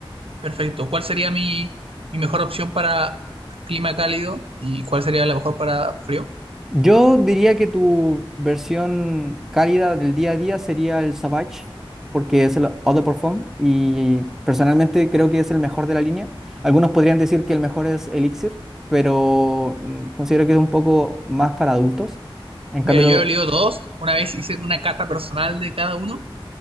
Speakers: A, on the right; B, in the centre.
A: Perfecto. ¿Cuál sería mi, mi mejor opción para clima cálido y cuál sería la mejor para frío?
B: Yo diría que tu versión cálida del día a día sería el Savage, porque es el eau de parfum y personalmente creo que es el mejor de la línea. Algunos podrían decir que el mejor es Elixir, pero mm, considero que es un poco más para adultos. En cambio,
A: Mira, yo he olido dos. Una vez hice una cata personal de cada uno